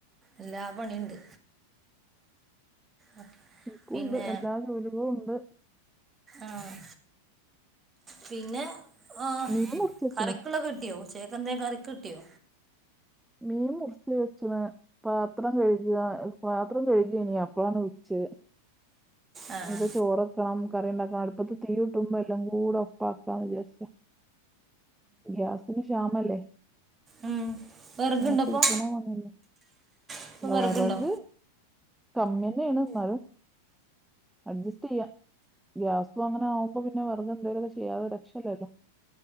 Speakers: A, on the right; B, in the centre.
A: എല്ലാ പണിണ്ട്. ആഹ്
B: എനിക്കുണ്ട്
A: പിന്നെ
B: എല്ലാ ജോലികളും ഉണ്ട്
A: ആഹ് പിന്നെ ആഹ്
B: മീൻ മുറിച്ച് വെച്ചണ്
A: കറിക്ക്‌ള്ളൊക്കെകിട്ട്യോ ഉച്ചക്കെക്കെന്തേം കറിക്ക് ട്ട്യോ
B: മീം മുറിച് വെച്ച്ണ്. പാത്രം കെഴ്ക് <unintelligible> പാത്രം കെഴ്കേനി അപ്പളാണ് വിൾചെഹ്.
A: ആഹ്
B: നി പ്പൊ ചോറെക് ക്കണം ക്കറിണ്ടാക്കാ അടുപ്പത് തീയൂട്ടുമ്പോ എല്ലംകൂടെ ഒപ്പാക്കാന്ന് ജാര്ച്ച്. ഗ്യാസിന് ക്ഷാമല്ലേ
A: ഉം വിറകുണ്ടപ്പോ
B: ഗ്യാസ് കിട്ട്ണെഹ് പണിയല്ലേ
A: ഇപ്പൊ
B: വെറക്
A: വിറകുണ്ടോ
B: കമ്മിന്നേണ് ന്നാലും അഡ്ജസ്റ്റെയ്യാ ഗ്യാസു അങ്ങനെ ആവുമ്പോ പിന്നെ വെറെക് എന്തേലുംക്കെ ചെയ്യാതെ രക്ഷല്ലല്ലോ.